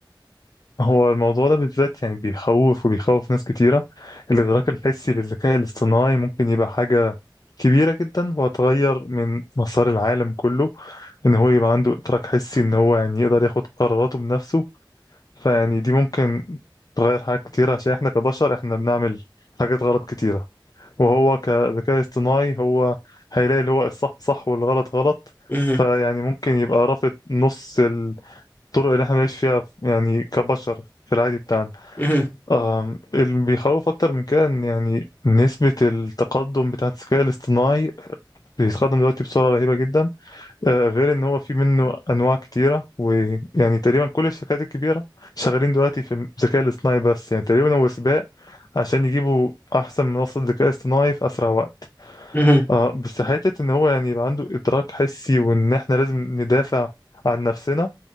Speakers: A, on the left; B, on the left.
A: هو الموضوع ده بالذات يعني بيخوف وبيخوف ناس كتيرة الإدراك الحسي للذكاء الاصطناعي ممكن يبقى حاجة كبيرة جدا وهتغير من مسار العالم كله إن هو يبقى عنده إدراك حسي إن هو يعني يقدر ياخد قراراته بنفسه فيعني دي ممكن تغير حاجات كتيرة عشان إحنا كبشر إحنا بنعمل حاجات غلط كتيرة وهو كذكاء اصطناعي هو هيلاقي اللي هو الصح صح والغلط غلط
B: مهم.
A: فيعني ممكن يبقى رافض نص الطرق اللي إحنا بنعيش فيها يعني كبشر في العادي بتاعنا
B: مهم.
A: آم، اللي بيخوف أكتر من كده إن يعني نسبة التقدم بتاعة الذكاء الاصطناعي بيتقدم دلوقتي بسرعة رهيبة جدا آه، غير إن هو في منه أنواع كتيرة ويعني تقريبا كل الشركات الكبيرة شغالين دلوقتي في الذكاء الاصطناعي بس يعني تقريبا هو سباق عشان يجيبوا أحسن منصة ذكاء اصطناعي في أسرع وقت
B: مهم.
A: آه، بس حتة إن هو يعني يبقى عنده إدراك حسي وإن إحنا لازم ندافع عن نفسنا